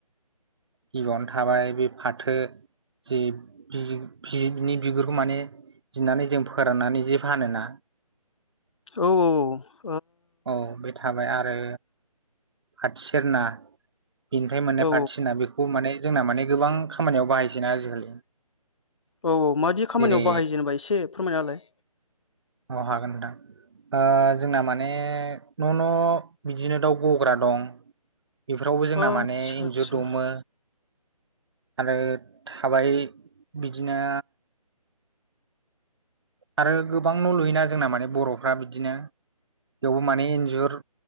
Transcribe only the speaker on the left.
औ औऔ
औ
औ औ मादि खामानियाव
बाहायो जेनेबा इसे फोरमायना होलाय
आतसा
आतसा